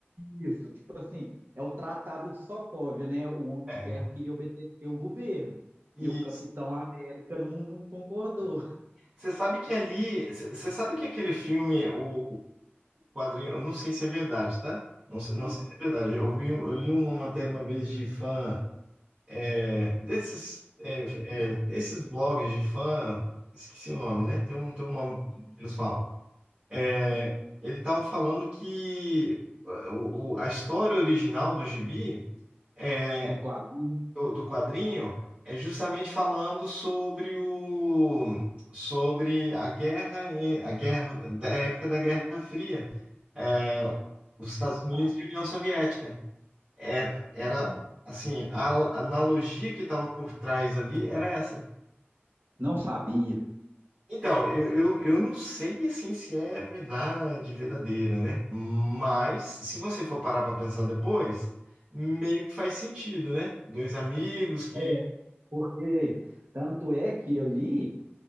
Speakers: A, on the right (about 55°); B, on the right (about 30°).
A: Isso, tipo assim, é o Tratado de Sokovia, né? O Homem
B: É.
A: de Ferro queria obedecer o governo.
B: E
A: E o Capitão América não, não concordou.
B: você sabe que ali, você sabe que aquele filme, o quadrinho, eu não sei se é verdade, tá? Não, se- não
A: Aham,
B: sei se é verdade. Eu vi, eu li uma matéria uma vez de fã é, desses é, é, desses blogs de fã, esqueci o nome, né? Tem um, tem um nome
A: uhum.
B: que eles falam. É, ele tava falando que uh, o, o- a história original do Gibi é
A: Do quadrinho.
B: do, do quadrinho é justamente falando sobre o sobre a guerra e- a guerra da época da Guerra Fria, é, os Estados Unidos
A: Ah,
B: e a União Soviética. Era, era
A: não,
B: assim, a al- analogia que estava por trás ali era essa.
A: não sabia.
B: Então, eu, eu, eu não sei assim se é verdade, verdadeira, né? Mas se você for parar para pensar depois, meio que faz sentido, né? Dois amigos que
A: É, porque tanto é que ali